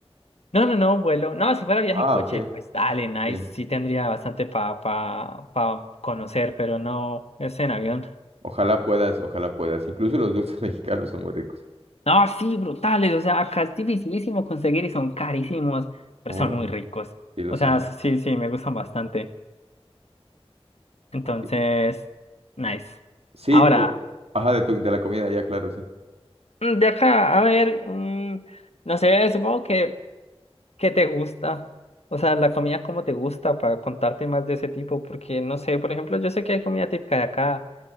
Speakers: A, on the left; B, on the right.
A: no, no, no, vuelo, no, si fuera viaje
B: Ah,
A: en coche,
B: ok.
A: pues dale, nice,
B: sí.
A: sí tendría bastante para pa, pa pa conocer, pero no, es en avión.
B: Ojalá puedas, ojalá puedas. Incluso los dulces <laughs> mexicanos son muy ricos.
A: No, sí, brutales. O sea, acá es dificilísimo conseguir y son carísimos, pero
B: Oh,
A: son muy ricos.
B: sí lo
A: O
B: son.
A: sea, sí, sí, me gustan bastante. Entonces,
B: Ok.
A: nice.
B: Sí,
A: Ahora,
B: pues, ajá, de, tu- de la comida, ya, claro, sí.
A: mm, de acá, a ver, mm, no sé, supongo que, que te gusta. O sea, la comida como te gusta para contarte más de ese tipo, porque no sé, por ejemplo, yo sé que hay comida típica de acá